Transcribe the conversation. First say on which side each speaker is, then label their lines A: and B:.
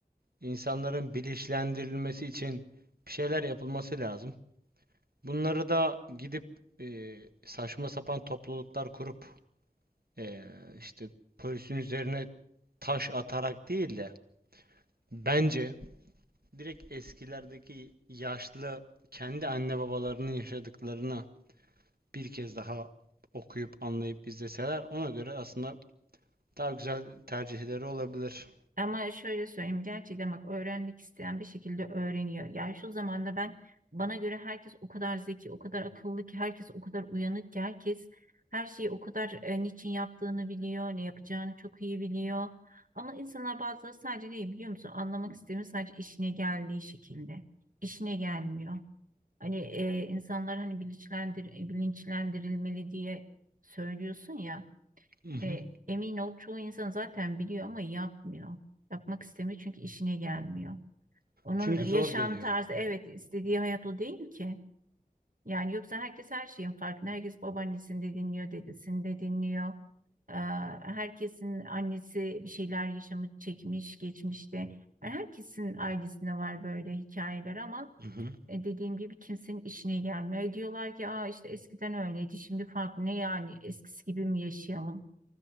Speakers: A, on the right (about 80°); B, on the right (about 60°).
A: insanların bilinçlendirilmesi için bir şeyler yapılması lazım. Bunları da gidip e, saçma sapan topluluklar kurup e, işte polisin üzerine taş atarak değil de bence direkt eskilerdeki yaşlı kendi anne babalarının yaşadıklarına bir kez daha okuyup anlayıp izleseler ona göre aslında daha güzel tercihleri olabilir.
B: Ama şöyle söyleyeyim gerçekten bak öğrenmek isteyen bir şekilde öğreniyor. Yani şu zamanda ben bana göre herkes o kadar zeki, o kadar akıllı ki herkes o kadar uyanık ki herkes her şeyi o kadar e, niçin yaptığını biliyor, ne yapacağını çok iyi biliyor. Ama insanlar bazıları sadece neyi biliyor musun? Anlamak istemiyor sadece işine geldiği şekilde. İşine gelmiyor. Hani e, insanlar hani bilinçlendir, bilinçlendirilmeli diye söylüyorsun ya.
A: Hı hı.
B: E, emin ol çoğu insan zaten biliyor ama yapmıyor. Yapmak istemiyor çünkü işine gelmiyor. Onun
A: Çünkü
B: yaşam
A: zor geliyor.
B: tarzı evet istediği hayat o değil ki. Yani yoksa herkes her şeyin farkında. Herkes babaannesini de dinliyor, dedesini de dinliyor. Ee, herkesin annesi bir şeyler yaşamı çekmiş geçmişte. Yani herkesin ailesinde var böyle hikayeler ama
A: Mhm.
B: e, dediğim gibi kimsenin işine gelmiyor. E, Diyorlar ki Aa, işte eskiden öyleydi şimdi farklı ne yani eskisi gibi mi yaşayalım?